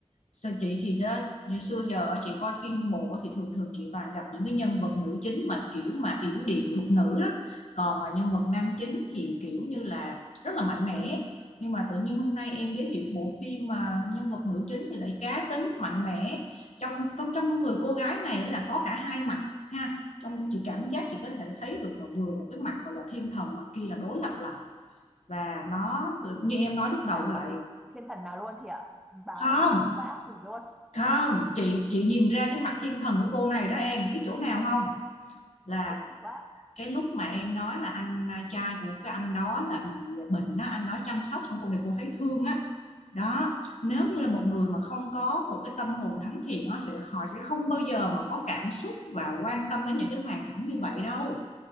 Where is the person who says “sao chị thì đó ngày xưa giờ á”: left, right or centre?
Left